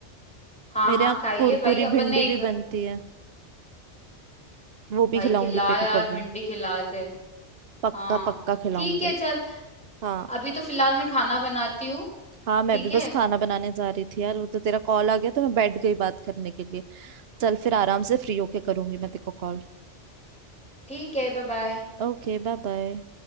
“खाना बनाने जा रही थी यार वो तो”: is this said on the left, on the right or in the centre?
Right